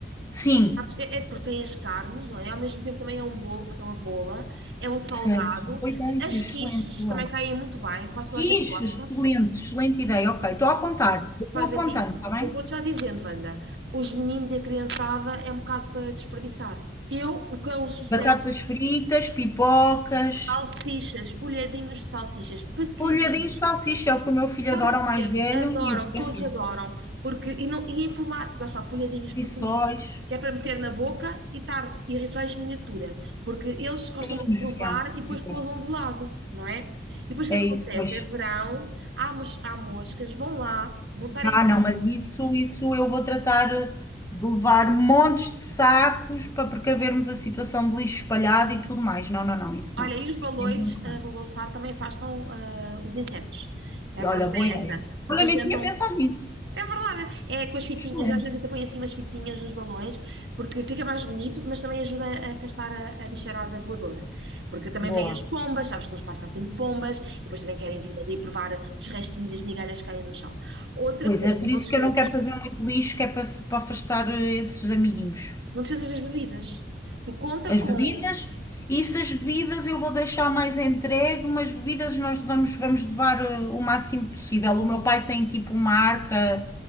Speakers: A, on the left (about 15°); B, on the right (about 75°).
A: Sim,
B: Sabes? É, é porque tem as carnes, não é? Ao mesmo tempo também é um bolo, porque é uma bola, é um salgado.
A: certo. Boa ideia,
B: As
A: excelente,
B: quiches
A: boa.
B: também caem muito bem, quase toda
A: Quiche,
B: a gente gosta.
A: excelente, excelente ideia. Ok, estou a apontar, estou
B: Pois
A: apontando,
B: assim,
A: está bem?
B: eu vou-te já dizendo, Wanda, os meninos e a criançada é um bocado para desperdiçar. Eu, o que é o sucesso?
A: Batatas fritas, pipocas,
B: Salsichas, folhadinhos de salsichas, pequeninos.
A: polhadinhos de salsicha, é o que o meu filho
B: Porque
A: adora, o mais velho,
B: adoram,
A: e o pequeno,
B: todos adoram, porque e não e em formato, lá está, folhadinhos pequeninos,
A: rissóis,
B: que é para meter na boca e estar e rissóis miniatura, porque eles gostam
A: pequeninos,
B: muito de provar
A: já.
B: e depois
A: E pronto,
B: pousam de lado, não é? E depois o
A: É
B: que acontece?
A: isso, pois.
B: É verão, há, mos, há moscas, vão lá, vão estar
A: Ah,
B: em
A: não, mas isso, isso eu vou tratar de levar montes de sacos para precavermos a situação de lixo espalhado e tudo mais. Não, não, não, isso
B: Olha,
A: não.
B: e os balões
A: Isso
B: a
A: não.
B: balançar também afastam ah, os insetos. A
A: E
B: verdade
A: olha, boa
B: é
A: ideia.
B: essa. Afugentam
A: Olha, nem tinha pensado nisso.
B: É verdade. É com as fitinhas,
A: Excelente.
B: às vezes até põe assim umas fitinhas nos balões, porque fica mais bonito, mas também ajuda a afastar a, a bicharada voadora. Porque também
A: Boa.
B: vêm as pombas, sabes que nos parques há sempre pombas, e depois também querem vir ali provar os restinhos e as migalhas que caem no chão. Outra
A: Pois
B: coisa,
A: é, por
B: não
A: isso
B: te esqueças
A: que eu não quero
B: das,
A: fazer muito lixo, que é para, para afastar eh, esses amiguinhos.
B: não te esqueças das bebidas. Tu conta
A: As
B: com
A: bebidas, e se as bebidas eu vou deixar mais entregue, mas bebidas nós vamos, vamos levar eh, o máximo possível. O meu pai tem tipo uma arca,